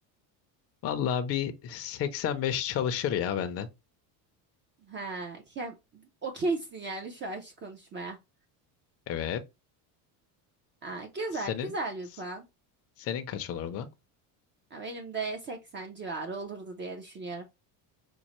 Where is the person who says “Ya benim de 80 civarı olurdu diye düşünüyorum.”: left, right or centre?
Right